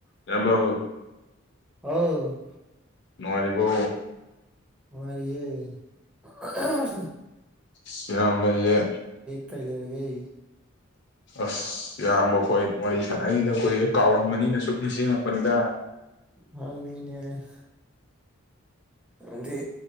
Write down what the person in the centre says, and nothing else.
ꯍꯥꯎ
ꯃꯥꯔꯤꯑꯌꯦ <inaudible>
ꯀꯩ ꯂꯩꯔꯒꯦ
ꯍꯔꯃꯤꯅꯦ ꯑꯗꯤ